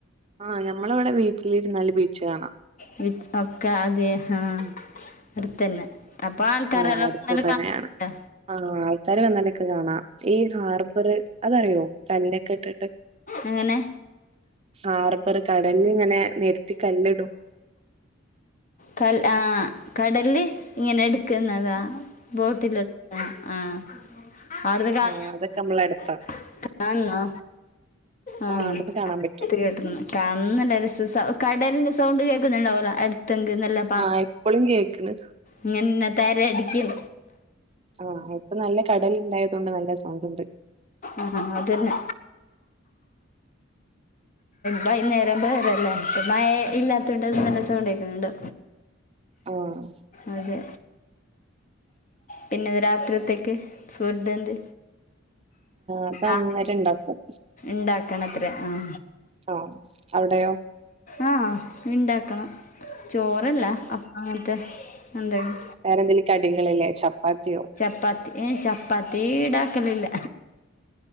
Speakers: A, on the right; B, on the left.
A: ആഹ് ഞമ്മളവിടെ വീട്ടിലിരുന്നാല് ബീച്ച് കാണാം
B: ബീച്ച് ഒക്കെ അതെ ആഹ് അടുത്തെന്നെ അപ്പ ആൾക്കാരെല്ലം
A: ആഹ് അടുത്ത്
B: കാണുന്നുണ്ടാ
A: തന്നെയാണ്. ആഹ് ആൾക്കാര് വന്നാലൊക്കെ കാണാം ഈ ഹാർബർ അതറിയോ കല്ലൊക്കെ ഇട്ടിട്ട്
B: എങ്ങനെ
A: ഹാർബർ കടൽല്ങ്ങനെ നെരത്തി കല്ലിടും
B: കൽ ആഹ് കടൽല് ഇങ്ങനെട്ക്കുന്നതാ ബോട്ടിൽ ആഹ് ആഹ് ആടുന് കാണോ
A: ആഹ് അതൊക്കെ നമ്മളെ അടുത്താ.
B: ആഹ്
A: അവിടുന്ന് കാണാൻ പറ്റും.
B: ഇത്തിരിയാട്ട്ന്ന് കാണാൻ നല്ല രസം കടലിന്റെ സൗണ്ട് കേൾക്കുന്നുണ്ടാവല്ലോ അടുത്തെങ്ക് ന്നല്ലോ
A: ആഹ് ഇപ്പളും കേക്ക്‌ണ്ട്
B: ഇങ്ങൻന്നെ തെര അടിക്കും
A: ആഹ് ഇപ്പൊ നല്ല കടലുണ്ടായത് കൊണ്ട് നല്ല സൗണ്ട് ഉണ്ട്
B: ആഹ് അതെന്നെ ബൈകുന്നേരം പോരല്ലേപ്പ മഴ ഇല്ലാത്തോണ്ട് നല്ല സൗണ്ടേക്ക്‌ന്നുണ്ട്
A: ആഹ്
B: അതെ പിന്നെ ഇന്ന് രാത്രിക്കത്തേക്ക് ഫുഡ് എന്ത്
A: അത് അന്നേരം
B: ആഹ്
A: ഇണ്ടാക്കും.
B: ണ്ടാക്കണത്രെ ആഹ്
A: ആഹ് അവിടെയോ
B: ആഹ് ഇണ്ടാക്കണം ചോറല്ല അപ്പ അങ്ങൻത്തെ എന്തെങ്കി,
A: വേറെന്തെലും കടികളില്ലേ, ചപ്പാത്തിയോ
B: ചപ്പാത്തി ഏഹ് ചപ്പാത്തി ഈടാക്കലില്ല